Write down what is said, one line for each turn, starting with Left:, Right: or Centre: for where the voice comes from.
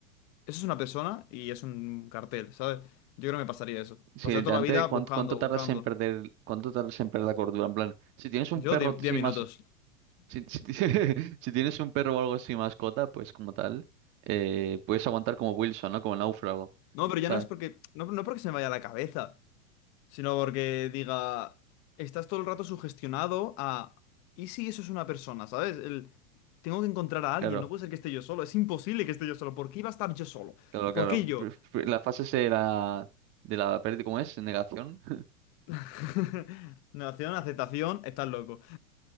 Left: eso es una persona y es un cartel, ¿sabes? Yo creo que me pasaría eso.
Right: Si
Left: Pasaría
Right: literalmente,
Left: toda la vida buscando,
Right: ¿cuánto, cuánto tardas
Left: buscando.
Right: en perder, cuánto tardas en perder la cordura? En plan, si tienes un
Left: Yo
Right: perro
Left: 10
Right: así
Left: minutos.
Right: más, si, si ti- <laughs> si tienes un perro o algo así mascota, pues como tal, eh, puedes aguantar como Wilson, ¿no? Como el náufrago,
Left: No, pero
Right: ¿sabes?
Left: ya no es porque. No, no porque se me vaya la cabeza. sino porque diga, estás todo el rato sugestionado a, ¿y si eso es una persona? ¿Sabes? El, tengo que encontrar a alguien,
Right: Claro.
Left: no puede ser que esté yo solo, es imposible que esté yo solo, ¿por qué iba a estar yo solo?
Right: Claro,
Left: ¿Por
Right: claro.
Left: qué yo?
Right: pr- pr- La fase será de la pérdida, ¿cómo es? Negación. <laughs>
Left: <laughs> Negación, aceptación, estás loco.